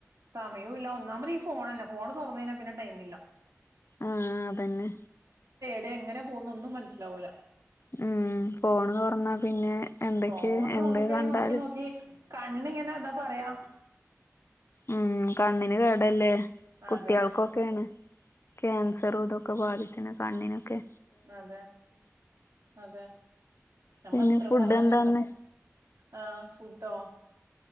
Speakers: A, on the right; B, on the left.
A: സമയവും ഇല്ല ഒന്നാമത് ഈ ഫോണ് തന്നെ സ്കൂൾ തുറന്നു കഴിഞ്ഞാൽ പിന്നെ ടൈം ഇല്ല
B: ആ തന്നെ
A: ടെ എങ്ങനെ പോകും ഒന്നും മനസ്സിൽ ആകുന്നില്ല
B: മ് പോണോന്ന് പറഞ്ഞാൽ പിന്നെ എന്തൊക്കെ
A: ഫോണ്
B: എന്ത്
A: നോക്കി കഴിഞ്ഞാൽ
B: കണ്ടാലും
A: നോക്കി നോക്കി കണ്ണ് ഇന്ന് ഇങ്ങനെ എന്താ പറയുവാ
B: മ്മ് കണ്ണിനു കേടല്ലേ കുട്ടികൾക്കുയൊക്ക
A: അതന്നെ
B: എങ്ങനെ ആ ക്യാൻസറും ഒക്കെ ബാധിക്കുന്നത് കണ്ണിനോക്ക
A: അതാ അതാ നമ്മൾ
B: പിന്നെ
A: എത്ര
B: ഫുഡ്
A: പറഞ്ഞാ
B: എന്താന്ന്
A: ആ ഫുഡ്‌ ഓ